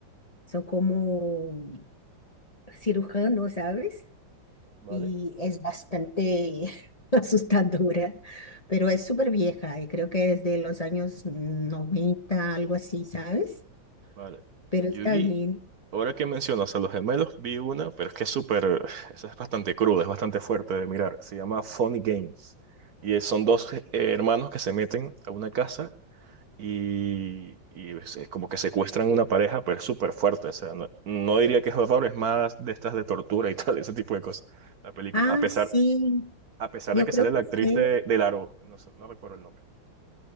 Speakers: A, on the left; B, on the right.
A: son como cirujanos, ¿sabes?
B: ¿Vale?
A: Y es bastante <laughs> asustadora, pero es súper vieja y creo que es de los años 90 algo así, ¿sabes?
B: Vale.
A: Pero
B: Yo
A: está
B: vi
A: bien.
B: Ahora que mencionas a los gemelos, vi una, pero es que es súper, esa es bastante cruda, es bastante fuerte de mirar. Se llama Funny Games. Y es- son dos eh, hermanos que se meten a una casa y, y es, es como que secuestran una pareja, pero es súper fuerte. O sea, no, no diría que es horror, es más de estas de tortura y tal, <laughs> ese tipo de cosas, la película.
A: Ah,
B: A pesar,
A: sí,
B: a pesar
A: yo
B: de que
A: creo
B: sale
A: que
B: la actriz
A: sí.
B: de, de Largo, no, sé, no recuerdo el nombre.